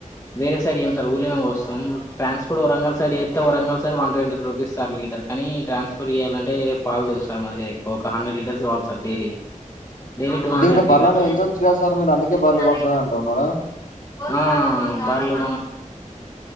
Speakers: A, on the left; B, on the left.
A: వేరే సైడ్ ఇయము సార్ ఊర్ళ వస్తాం ట్రాన్స్ఫర్ వరంగల్ సైడ్ వస్తతే Warangal side one twenty rupees sir litre కానీ ట్రాన్స్ఫర్ చేయాలింటే పాలు దిగు సార్ మా దగ్గ ఎవ ఒక హండెడ్ లీటర్స్వాలి సార్ డైలీ డెలీ టూహండ్రెడ్
B: అంటే ఇంకా బర్లను
A: లీటర్స్
B: పెంచొచ్చు కదా సార్ మీరు అందుకే బర్లు
A: సార్
B: కొంటారు అంటున్నారా
A: ఆ బరెలు